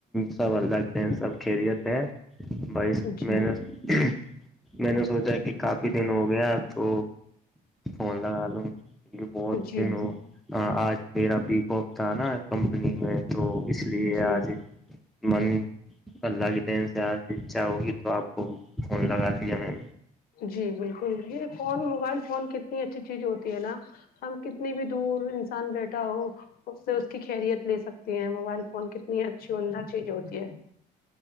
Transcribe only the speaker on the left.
جی
جی
جی
جی بالکل یہ فون موبائل فون کتنی اچھی چیز ہوتی ہے نا ہم کتنی بھی دور انسان بیٹھا ہو اس سے اس کی خیریت لے سکتی ہیں موبائل فون کتنی اچھی عمدہ چیز ہوتی ہے